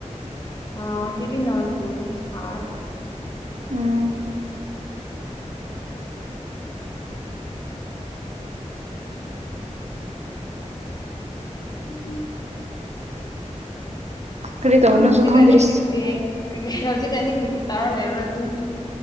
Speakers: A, on the left; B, on the right.
A: ꯑꯗꯤ ꯅ ꯆꯣꯂ ꯁ
B: ꯎꯝ
A: ꯎꯝ ꯎꯝ <inaudible>
B: ꯀꯔꯤ ꯇꯧꯕꯅꯣꯁꯨ
A: ꯑ ꯍꯧꯖꯤꯛꯀꯅꯤ
B: ꯈꯪꯗ꯭ꯔꯤꯁ
A: ꯀꯛ꯭ꯔꯤꯌꯦ ꯍꯧꯖꯤꯛ ꯑꯅꯤ ꯀ꯭ꯛ꯭ꯔꯤ ꯇꯥꯔ ꯂꯩꯕ꯭ꯔꯣ ꯑꯗꯨꯝ